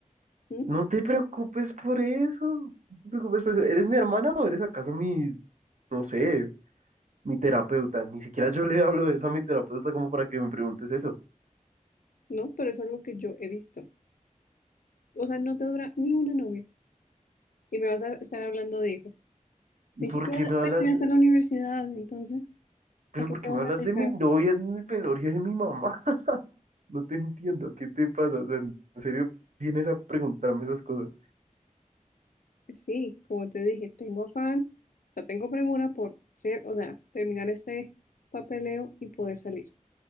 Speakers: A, on the left (about 80°); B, on the right (about 65°).
A: ¿Mm?
B: No te preocupes por eso, no te preocupes por eso, ¿eres mi hermana o eres acaso mi, no sé, mi terapeuta? Ni siquiera yo le hablo de eso a mi terapeuta como para que me preguntes eso.
A: No, pero eso es lo que yo he visto. O sea, no te dura ni una novia. Y me vas a estar hablando de hijos. Ni siquiera
B: ¿Por qué me hablas?
A: terminaste la universidad, entonces,
B: Pero
A: ¿a qué
B: ¿por
A: te
B: qué
A: vas
B: me hablas
A: a dedicar?
B: de mi novia, de mi velorio, de mi mamá? No te entiendo, ¿qué te pasa? O sea, en serio, vienes a preguntarme esas cosas.
A: Sí, como te dije, tengo afán, la tengo premura por ser, o sea, terminar este papeleo y poder salir.